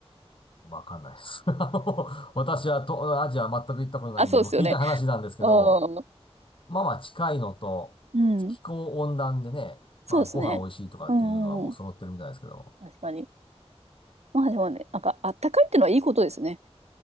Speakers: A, on the left; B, on the right.
A: わかんないです。<laughs> あの私は東アジアは全く行ったことないんで、
B: あ、そうですよね。
A: もう聞いた話なんですけど、
B: ああ、
A: まあまあ近いのと、
B: うん、
A: 気候温暖でね、
B: そうですね。
A: まあご飯美味しいとかっていうのはもう揃ってるみたいですけど、
B: うん、うんうん、確かに。まあでもね、なんか、あったかいってのはいいことですね。